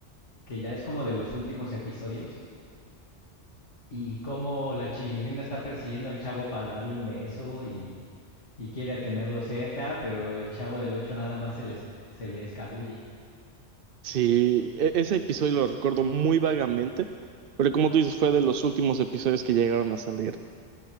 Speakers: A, on the left; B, on the right.
A: que ya es como de los últimos episodios y cómo la chilindrina está persiguiendo al chavo para darle un beso y, y quiere tenerlo cerca, pero el chavo del ocho nada más se le, se le escabulle.
B: Sí, e- ese episodio lo recuerdo muy vagamente, pero como tú dices, fue de los últimos episodios que llegaron a salir.